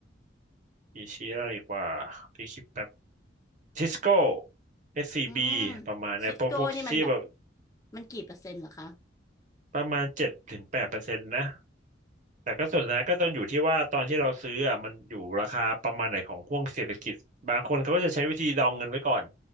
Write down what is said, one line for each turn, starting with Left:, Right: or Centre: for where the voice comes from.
Right: อิชิแล้วอะไรอีกว่าพี่คิดแบบทิสโก้เอสซีบีประมาณเนี่ยพวกพวกที่แบบ
Left: อืมซิสโก้นี่มันแบบมันกี่เปอร์เซ็นต์เหรอคะ
Right: ประมาณเจ็ดถึงแปดเปอร์เซ็นต์นะแต่ก็ส่วนใหญ่ก็ต้องอยู่ที่ว่าตอนที่เราซื้ออ่ะมันอยู่ราคาประมาณไหนของห่วงเศรษฐกิจบางคนเขาก็จะใช้วิธีดองเงินไว้ก่อน